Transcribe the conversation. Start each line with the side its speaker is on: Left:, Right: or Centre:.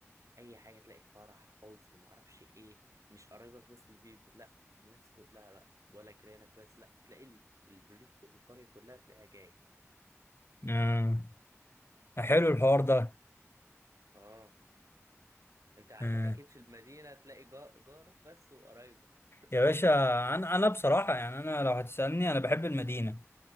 Right: أي حاجة تلاقي فرح حزن معرفش إيه مش قرايبك بس اللي بيجوا لأ الناس كلها بقى ولا جيرانك بس لأ تلاقي ال- الريف ك- القرية كلها تلاقيها جاية
Left: آه. حلو
Right: فاهمني؟
Left: الحوار ده
Right: آه انت عندك
Left: آه.
Right: اكيد في المدينه تلاقي جار جارك بس وقرايبك
Left: يا باشا انا انا بصراحة يعني انا لو هتسألني انا بحب المدينة